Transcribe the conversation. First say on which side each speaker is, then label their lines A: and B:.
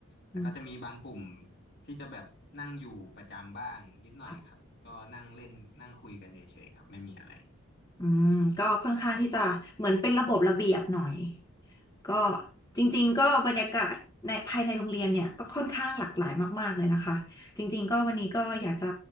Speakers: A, on the left; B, on the left.
A: แต่ก็จะมีบางกลุ่ม
B: อืม
A: ที่จะแบบนั่งอยู่ประจำบ้างนิดหน่อยครับก็นั่งเล่นนั่งคุยกันเฉยๆครับไม่มีอะไร
B: ค่ะอืมก็ค่อนข้างที่จะเหมือนเป็นระบบระเบียบหน่อย ก็จริงๆก็บรรยากาศในภายในโรงเรียนเนี่ยก็ค่อนข้างหลากหลายมากๆเลยนะคะจริงๆก็วันนี้ก็อยากจะ